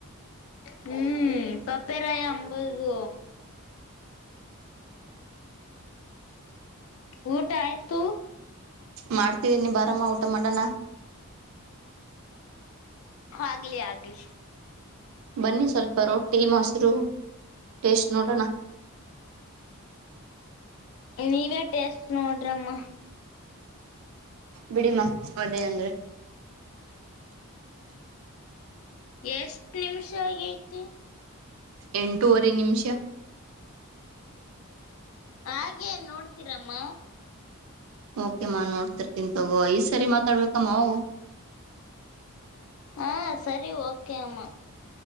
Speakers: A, on the left; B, on the right.
A: ಹುಂ ಕಪ್ಪೆರಾಯ ಅಂಬಾದು ಊಟ ಆಯಿತು
B: ಮಾಡತೀನಿ ಬಾರಮ್ಮ ಊಟ ಮಾಡೋಣ
A: ಆಗ್ಲಿ ಆಗ್ಲಿ
B: ಬನ್ನಿ ಸ್ವಲ್ಪ ರೊಟ್ಟಿ ಮೊಸರು ಟೇಸ್ಟ್ ನೋಡೋಣ
A: ನೀವೇ ಟೇಸ್ಟ್ ನೋಡ್ರಮ್ಮ
B: ಬಿಡಿಮ್ಮ ಒಂದೇ ಅಂದ್ರೆ
A: ಎಷ್ಟ್ ನಿಮಿಷ ಆಗಿ ಐತಿ
B: ಎಂಟೂವರೆ ನಿಮಿಷ
A: ಹಾಗೆ ನೋಡ್ತೀರಮ್ಮ
B: ಓಕೆಮ್ಮ ನೋಡ್ತೀರ್ತಿನಿ ತಗೋ ಈ್ ಸರಿ ಮಾತಾಡ್ಬೇಕಮ್ಮವು
A: ಹ ಸರಿ ಓಕೆ ಅಮ್ಮ